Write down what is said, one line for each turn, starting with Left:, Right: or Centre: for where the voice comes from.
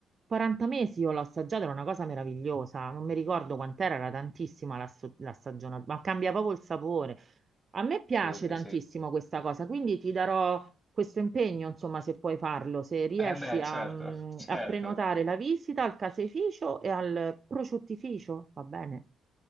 Right: 40 mesi io l'ho assaggiata, era una cosa meravigliosa, non mi ricordo quant'era, era tantissima la, sto- la stagionata, ma cambia proprio il sapore. A me piace
Left: Sì, sì,
Right: tantissimo
Left: sì.
Right: questa cosa, quindi ti darò questo impegno, insomma, se puoi farlo, se riesci
Left: Eh beh,
Right: a,
Left: certo,
Right: mm,
Left: <laughs> certo,
Right: a prenotare la visita al caseificio e al prosciuttificio, va bene?